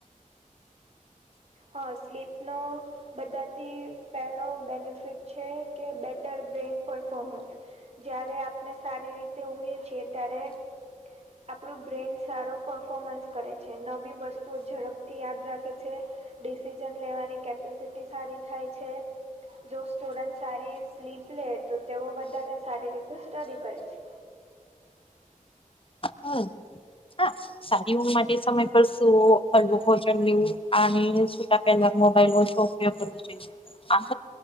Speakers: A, on the right; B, on the left.
A: હા સ્લીપ નો બધાથી પહેલો બેનિફિટ છે કે બેટર બ્રેઇન પરફોમન્સ જયારે આપણે સારી રીતે ઉઘયે છીએ ત્યારે આપણું બ્રેન સારો પફોમન્સ કરે છે નવી વસ્તુઓ ઝડપથી યાદ રાખે છે ડિસિઝન લેવાની કેપેસિટી સારી થાય છે જો સ્ટુડન્ટ સારી ર સ્લીપ લે તો તેઓ વધારે સારી રીતે સ્ટડી કરે છે
B: હમ હા સારી ઉંધ માટે સમય પર શું હળવું ભોજન લેવું અને સુતા પહેલા મોબાઈલ ઓછો ઉપયોગ કરવો જોઈ આ <unintelligible>